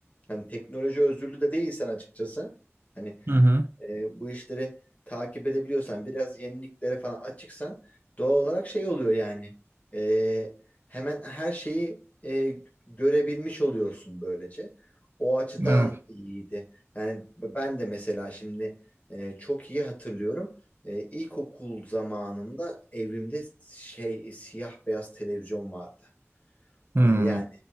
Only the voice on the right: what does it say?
Hı hı.
Evet.
Hı